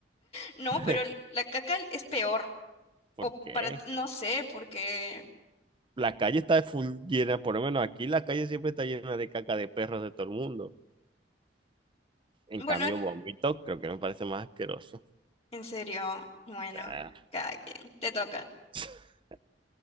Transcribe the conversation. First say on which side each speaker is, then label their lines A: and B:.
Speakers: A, on the left; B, on the right.
A: No,
B: <laughs>
A: pero el- la caca es peor.
B: ¿Por
A: O
B: qué?
A: para ti, no sé, porque.
B: La calle está full llena, por lo menos aquí la calle siempre está llena de caca de perros de todo el mundo. En
A: Bueno,
B: cambio, vómito creo que me parece más asqueroso. O
A: en serio, bueno,
B: sea,
A: cada quien. Te toca.
B: <laughs>